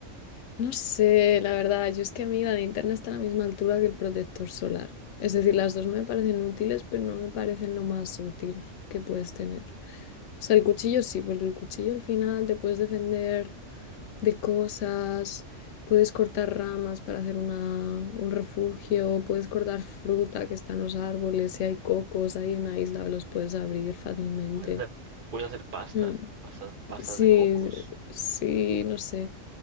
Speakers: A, on the left (about 80°); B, on the right (about 50°).
A: No sé, la verdad, yo es que a mí la linterna está a la misma altura que el protector solar. Es decir, las dos me parecen útiles, pero no me parecen lo más útil que puedes tener. O sea, el cuchillo sí, porque el cuchillo al final te puedes defender de cosas, puedes cortar ramas para hacer una, un refugio, puedes cortar fruta que está en los árboles, si hay cocos ahí en la isla, los puedes abrir fácilmente.
B: Puedes hacer, puedes hacer pastas,
A: Mm,
B: pastas, pastas
A: sí,
B: de cocos.
A: sí, no sé.